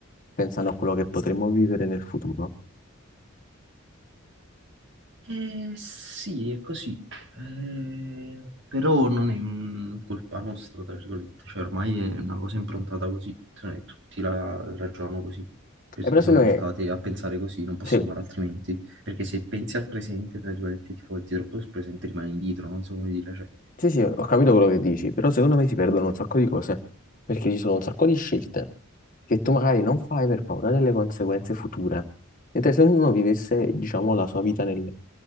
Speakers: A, on the left; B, on the right.
A: pensando a quello che potremmo vivere nel futuro.
B: Eh, sì, è così. Eh, però non è mm, colpa nostra, tra virgolette, cioè ormai è una cosa improntata così, cioè, tutti la ragionano così, perché
A: E però secondo
B: siamo portati
A: me,
B: a pensare così, non possiamo
A: se-
B: fare altrimenti, perché se pensi al presente, tra virgolette, ti fai troppo sul presente, rimani indietro, non so come dire, cioè...
A: Sì, sì, ho capito quello che dici, però secondo me si perdono un sacco di cose, perché ci sono un sacco di scelte che tu magari non fai per paura delle conseguenze future. Mentre se ognuno vivesse, diciamo, la sua vita nel,